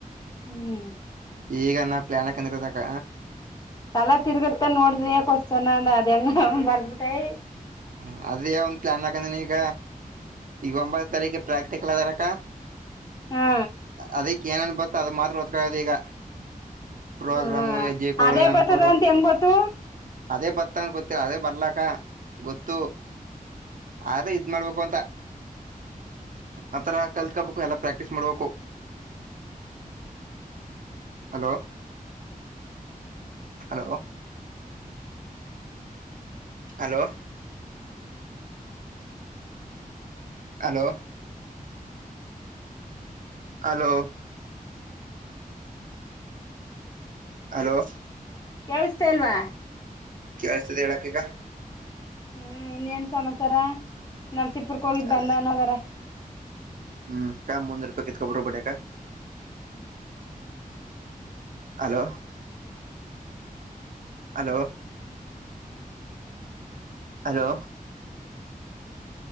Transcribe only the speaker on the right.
ಈಗ ನಾ ಪ್ಲಾನ್ ಹಾಕಂದಿರದಕ್ಕ
ಹ ಅದೇ ಒಂದ ಪ್ಲಾನ್ ಹಾಕಂದ್ರ ಈಗ ಈಗ ಒಂಬತ್ತು ತಾರೀಕ ಪ್ರಾಕ್ ಲವೆರಕ್ಕ
ಅದೇ ಏನನ್ ಬತ್ತ ಅದು ಮಾತ್ರ ಹೊತ್ಕೊಳ್ಳೋದು ಈಗ ಪ್ರೋಗ್ರಾಮ
ಯ ಜ ಕೊೋ
ಆಮ
ಕೊೋ
ಅದೇ ಬತ್ತಂಗ ಗೊತ್ತಿಲ್ಲ ಅದೇ ಬರ್ಲಕ್ಕ ಗೊತ್ತು ಆದ್ರ ಇದ ಮಾಡ್ಬೇಕು ಅಂತ ಆಥರ ಕಲ್ತ್ಕಬೇಕು ಎಲ್ಲ ಪ್ರಾಕ್ಟೀಸ್ ಮಾಡ್ಬೇಕು hello hello hello hello hello hello
ಕವರಿಸ್ತತಿ ಹೇಳಕಗ
ಅದೇ ಹ್ಮ್ ಕ ಮುನ್ನ ರೂಪ ಕಕ ಬರಬಡೆ ಕ hello hello hello